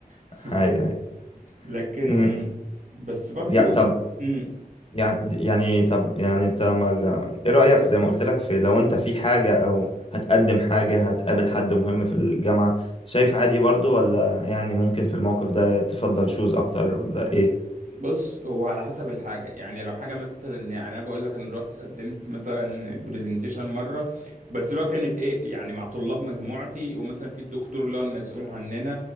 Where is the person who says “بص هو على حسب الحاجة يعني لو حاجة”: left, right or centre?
Right